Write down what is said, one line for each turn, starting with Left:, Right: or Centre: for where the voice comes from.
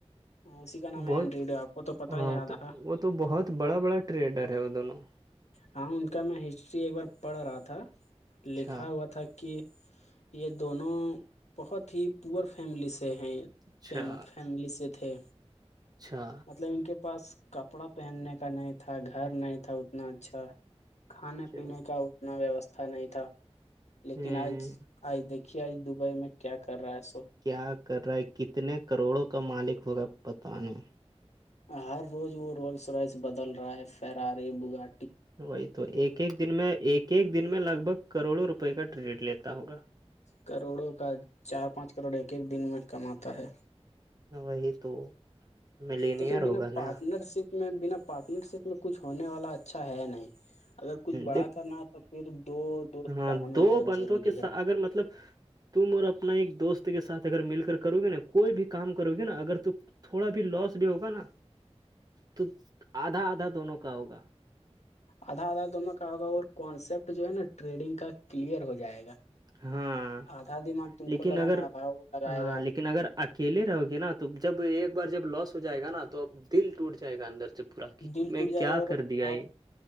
Left: ہاں اسی کا نام
Right: بہت
Left: ہے اینڈریڈ ہے آپ کو تو پتا
Right: ہاں
Left: ہی یاد
Right: تو
Left: رہا
Right: وہ تو بہت بڑا بڑا ٹریڈر ہے وہ دونوں
Left: ہاں ان کا میں ہسٹری ایک بار پڑھ رہا تھا
Right: اچھا
Left: لکھا ہوا تھا تھا کہ یہ دونوں بہت ہی پور فیملی سے ہیں
Right: اچھا
Left: فیملی سے تھے
Right: اچھا
Left: مطلب ان کے پاس کپڑا پہننے کا نہیں تھا گھر نہیں تھا اتنا اچھا کھانے
Right: اچھا
Left: پینے کا اتنا ویوستھا نہیں تھا لیکن
Right: ہوں
Left: آج آج دیکھیے آج دبئی میں کیا کر رہا ہے سو
Right: کیا کر رہا ہے کتنے کروڑوں کا مالک ہوگا بتاانوں
Left: ہر روز وہ رولس رائز بدل رہا ہے فرار بگا
Right: وہی تو ایک ایک دن میں ایک ایک دن میں لگ بھگ کروڑوں روپئے کا ٹریڈٹ لیتا ہوگا
Left: کروڑوں کا چار پانچ کروڑ ایک ایک دن میں کماتا ہے
Right: وہی تو ملینئر
Left: دیکھیے بنا
Right: ہوگا
Left: پارٹنر
Right: نا
Left: شپ میں بنا پارٹنر شپ میں کچھ ہونے والا اچھا ہے نہیں اگر کچھ بڑا
Right: دیک
Left: کرنا ہے تو پھر دو دوست
Right: ہاں
Left: کا ہونا
Right: دو
Left: بہت
Right: بندوں
Left: ضروری
Right: کے ساتھ
Left: ہے
Right: اگر مطلب تم اور اپنا ایک دوست کے ساتھ اگر مل کر کرو گی نا کوئی بھی کام کرو گی نا اگر ت تھوڑا بھی لوس بھی ہوگا نا تو آدھا آدھا دونوں کا ہوگا
Left: آدھا آدھا دونوں کا ہوگا اور کانسپٹ جو ہے نا ٹریڈنگ کا کلیئر ہو جائے گا
Right: ہاں
Left: آدھا دماغ تم
Right: لیکن
Left: کو لگانا
Right: اگر
Left: رہتا وہ لگائے
Right: ہاں
Left: گا
Right: لیکن اگر اکیلے رہو گے نا تو جب ایک بار جب لاس ہو جائے گا نا تو اب دل ٹوٹ جائے گا اندر سے پاک
Left: دل
Right: میں
Left: ٹوٹ جائے
Right: کیا
Left: گا اور
Right: کر دیا
Left: آپ
Right: یہ